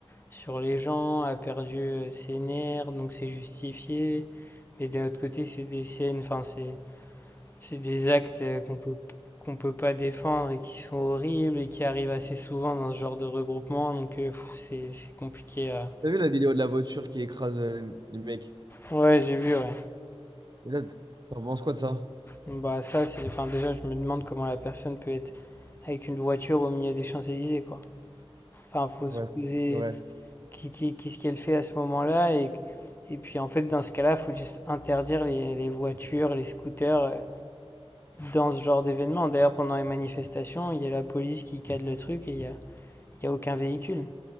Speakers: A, on the left (about 20°); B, on the right (about 45°).
A: sur les gens, a perdu euh, ses nerfs, donc c'est justifié. Mais d'un autre côté, c'est des scènes, enfin, c'est C'est des actes euh, qu'on peut qu'on peut pas défendre et qui sont horribles et qui arrivent assez souvent dans ce genre de regroupement, donc euh, c'est c'est compliqué à...
B: T'as vu la vidéo de la voiture qui écrase euh, les, les mecs?
A: Ouais, j'ai vu, ouais.
B: Et là, t'en penses quoi de ça?
A: Bah ça, c'est... Enfin, déjà, je me demande comment la personne peut être avec une voiture au milieu des Champs-Élysées, quoi. Enfin, faut
B: Ouais,
A: se
B: c'est
A: poser
B: vrai.
A: qui, qui, qu'est-ce qu'elle fait à ce moment-là et... Et puis, en fait, dans ce cas-là, faut juste interdire les, les voitures, les scooters euh, dans ce genre d'événement. D'ailleurs, pendant les manifestations, il y a la police qui cadre le truc et il y a, il y a aucun véhicule.